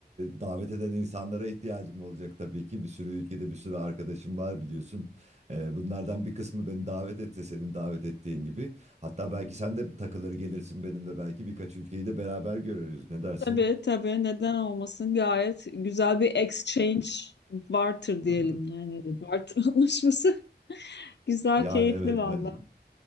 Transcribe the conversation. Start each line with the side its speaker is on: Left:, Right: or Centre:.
Right: davet eden insanlara ihtiyacım olacak tabii ki. Bir sürü ülkede bir sürü arkadaşım var biliyorsun. E, bunlardan bir kısmı beni davet etse senin davet ettiğin gibi. Hatta belki sen de takılır gelirsin benimle belki birkaç ülkeyi de beraber görürüz. Ne dersin?
Left: Tabii tabii neden olmasın gayet güzel bir exchange barter
Right: <laughs>
Left: diyelim yani barter <laughs> anlaşması. Güzel
Right: Yani
Left: keyifli
Right: evet
Left: valla.
Right: bence de.